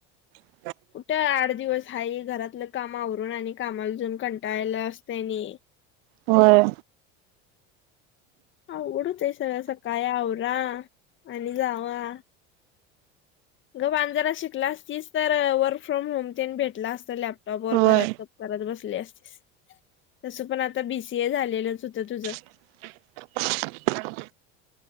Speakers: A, on the right (about 80°); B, on the left (about 40°).
A: <inaudible>
B: कुठं आठ दिवस हाय हे घरातलं काम आवरून आणि कामाला जाऊन कंटाळाला असतंनी
A: होय
B: अवघड होत्य सगळ्या सकाळी आवरा आणि जावा गप्प आणि जरा शिकला असतीस तर वर्क फ्रॉम होम तेने भेटला असत लॅपटॉप वर
A: होय
B: घरात ब करत बसली असतीस तसं पण आता बीसीए झालेलंच होतं तुझ
A: <inaudible>